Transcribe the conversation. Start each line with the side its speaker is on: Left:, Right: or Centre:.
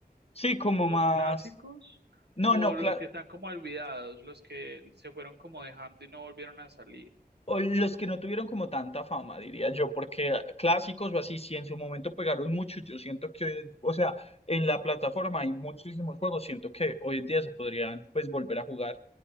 Left: sí, como
Right: los
Left: más...
Right: clásicos
Left: No,
Right: o
Left: no,
Right: los
Left: claro,
Right: que están como olvidados, los que se fueron como dejando y no volvieron a salir?
Left: o los que no tuvieron como tanta fama, diría yo, porque clásicos o así, si en su momento pegaron mucho, yo siento que, hoy en- o sea, en la plataforma hay muchísimos juegos, siento que hoy en día se podrían pues volver a jugar.